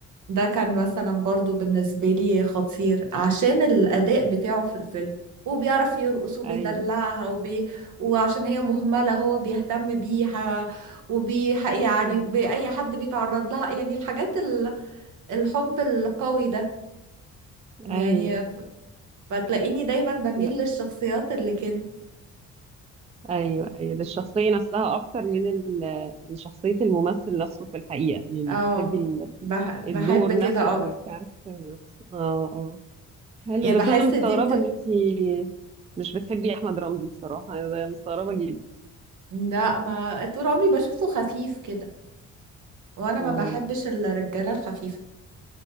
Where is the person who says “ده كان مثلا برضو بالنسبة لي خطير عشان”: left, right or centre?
Right